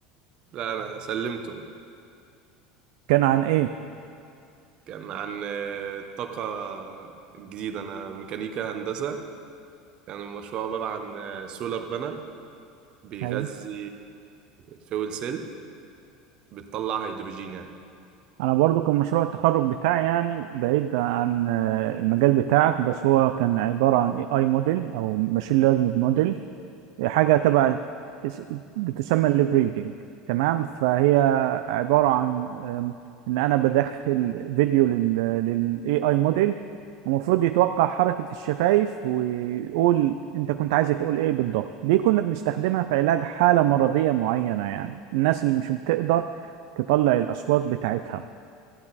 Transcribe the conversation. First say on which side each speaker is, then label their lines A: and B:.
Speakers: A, on the right; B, on the right.
A: لا انا سلمته
B: كان عن ايه
A: كان عن آه، الطاقة الجديدة انا ميكانيكا هندسة كان المشروع عبارة عن آه، سولار بانل بيغذي
B: ايوه
A: فيول سيل بتطلع هيدروجين يعني
B: انا برضو كان مشروع التخرج بتاعي يعني بعيد عن آه، المجال بتاعك بس هو كان عبارة عن اي اي موديل او ماشين ليرنينج موديل حاجة تبع اس- بتسمى الليبريدنج تمام فهي عبارة عن أم، إن أنا بدخل فيديو لل لل AI موديل المفروض يتوقع حركة الشفايف ويقول أنت كنت عايز تقول إيه بالضبط دي كنا بنستخدمها في علاج حالة مرضية معينة يعني الناس اللي مش بتقدر تطلع الأصوات بتاعتها